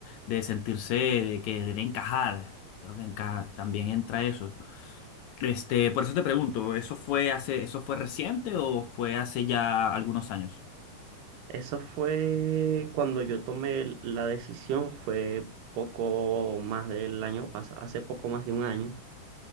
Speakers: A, on the left; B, on the right.
A: de sentirse, de querer encajar. Creo que encaja, también entra eso. Este, por eso te pregunto, ¿eso fue hace, eso fue reciente o fue hace ya algunos años?
B: Eso fue cuando yo tomé el- la decisión, fue poco más del año pasado, hace poco más de un año